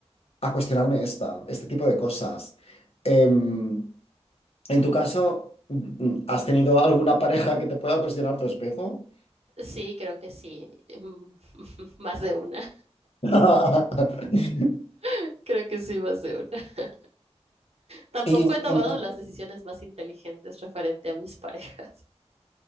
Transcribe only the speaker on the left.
a cuestionarme esta, este tipo de cosas. Em, en tu caso, mm, ¿has tenido alguna pareja que te pueda cuestionar tu espejo?
<laughs>
¿Y,
entonces-